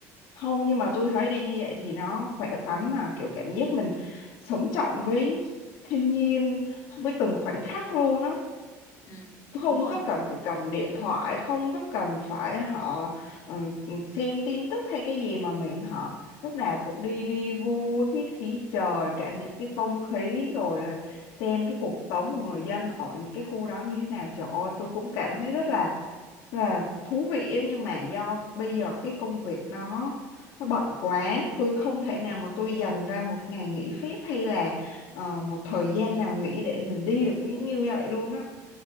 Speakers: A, on the left; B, on the left.
A: Không nhưng mà tôi thấy đi như vậy thì nó khỏe khoắn mà kiểu cảm giác mình sống trọn với thiên nhiên với từng khoảnh khắc luôn á
B: ừ,
A: không
B: đúng rồi
A: có cần phải cầm điện thoại không có cần phải họ ừ, ừ, xem tin tức hay cái gì mà mình họ lúc nào cũng đi vi vu hít khí trời cảm nhận cái không khí rồi xem cái cuộc sống của người dân ở những cái khu đó như thế nào trời ơi tôi cũng cảm thấy rất là là thú vị ấy, nhưng mà do bây giờ cái công việc nó nó bận quá tôi không thể nào mà tôi dành ra một ngày nghỉ phép hay là ờ, một thời gian nào nghỉ để mình đi được cái những như vậy luôn á